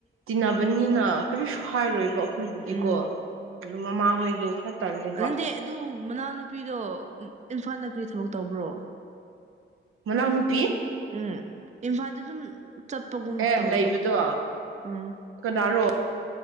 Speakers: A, on the right; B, on the right.
A: ꯇꯤꯟꯅꯕꯅꯤꯅ ꯀꯔꯤꯁꯨ ꯍꯥꯏꯔꯣꯏꯕ ꯑꯩꯈꯣꯏꯕꯨꯗꯤꯀꯣ
B: ꯎꯝ
A: ꯑꯗꯨ ꯃꯃꯥꯍꯣꯏꯗꯣ ꯈꯔ ꯇꯜꯂꯦꯕ
B: ꯑꯗꯨꯗꯤ ꯑꯗꯨ ꯃꯅꯥꯎꯅꯨꯄꯤꯗꯣ ꯏꯝꯐꯥꯜꯗ ꯀꯔꯤ ꯊꯕꯛ ꯇꯧꯕ꯭ꯔꯣ
A: ꯃꯅꯥꯎ ꯅꯨ ꯄꯤ
B: ꯎꯝ ꯏꯝꯐꯥꯜꯗ ꯑꯗꯨꯝ ꯆꯠꯄꯒꯨꯝ
A: ꯑꯦ
B: ꯇꯧꯕ
A: ꯂꯩꯕꯗꯣ
B: ꯑꯥ
A: ꯀꯅꯥꯔꯣ